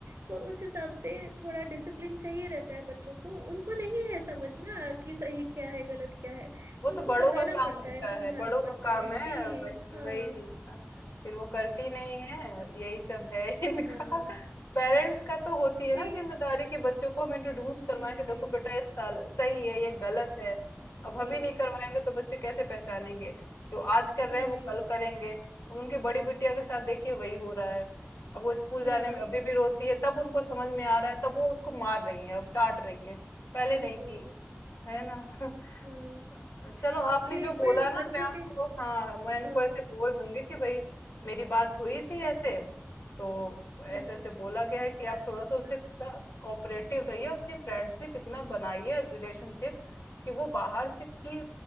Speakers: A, on the right; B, on the left.
A: तो उस हिसाब से थोड़ा डिसिप्लिन चाहिए रहता है बच्चों को उनको नहीं है समझना कि सही क्या है गलत क्या है
B: वो
A: तो
B: तो
A: उनको
B: बड़ों
A: बताना
B: का काम
A: पड़ता
B: होता
A: है समझाना
B: है बड़ों का
A: पड़ता
B: काम
A: है
B: है
A: जी
B: वही
A: हाँ
B: वही चीज ना फिर वो करती नहीं है यही सब है <laughs> इनका
A: हाँ
B: पेरेंट्स का तो होती है
A: नहीं
B: ना जिम्मेदारी कि बच्चों को हम इंट्रोड्यूस करवाएं
A: जी
B: कि देखो
A: जी
B: बेटा ये साल- सही है ये गलत है अब
A: जी
B: हम ही नहीं करवाएंगे तो बच्चे कैसे पहचानेंगे जो आज कर रहे
A: वही
B: हैं वो कल करेंगे अब उनकी बड़ी बिटिया के साथ देखिए वही हो रहा है अब वो स्कूल जाने
A: हाँ
B: में अभी भी रोती है तब उनको समझ में आ रहा है तब वो उसको मार रही है अब डांट रही है पहले नहीं
A: ओहो
B: की है ना <laughs>
A: हाँ
B: अ, चलो आपने
A: जी
B: जो बोला
A: पर
B: ना
A: बच्चों
B: मैं उनको
A: के
B: हाँ मैं इनको
A: हाँ
B: ऐसे बोल दूंगी कि भाई मेरी बात हुई थी ऐसे तो ऐसे
A: हम्म
B: ऐसे बोला गया
A: जी बता
B: है कि आप
A: दीजिएगा
B: थोड़ा सा उसके साथ कोऑपरेटिव रहिए उतनी फ्रेंडशिप इतना बनाइए रिलेशनशिप कि वो बाहर से की